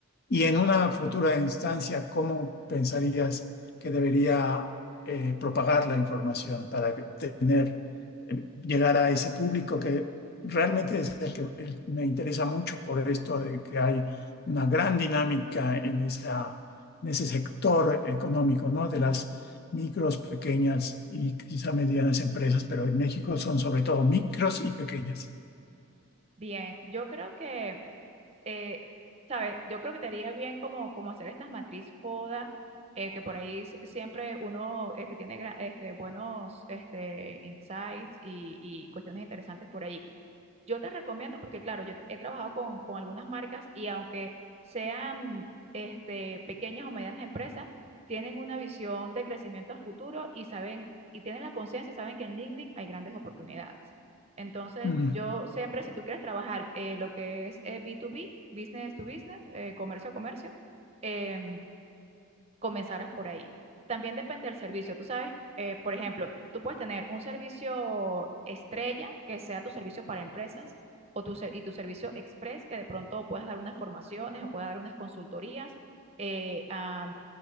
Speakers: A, on the left (about 45°); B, on the right (about 30°).
A: Y en una futura instancia, ¿cómo pensarías que debería eh, propagar la información para que- tener, eh, llegar a ese público que realmente es el que el- me interesa mucho por esto de que hay una gran dinámica en esa, en ese sector económico, ¿no? De las micros, pequeñas y quizá medianas empresas, pero en México son sobre todo micros y pequeñas.
B: Bien, yo creo que, eh, ¿sabes? Yo creo que te haría bien como, como hacer estas matriz FODA, eh, que por ahí si- siempre uno este, tiene gra- este, buenos este, insights y, y cuestiones interesantes por ahí. Yo te recomiendo porque, claro, yo he trabajado con, con algunas marcas y aunque sean este, pequeñas o medianas empresas, tienen una visión de crecimiento a futuro y saben, y tienen la conciencia y saben que en LinkedIn hay grandes oportunidades. Entonces,
A: Mm,
B: yo siempre, si tú quieres trabajar eh, lo que es eh, B2B, business to business, eh, comercio a comercio, eh, comenzaras por ahí. También depende del servicio. Tú sabes, eh, por ejemplo, tú puedes tener un servicio estrella, que sea tu servicio para empresas, o tu ser- y tu servicio express, que de pronto puedas dar unas formaciones o puedas dar unas consultorías eh, a,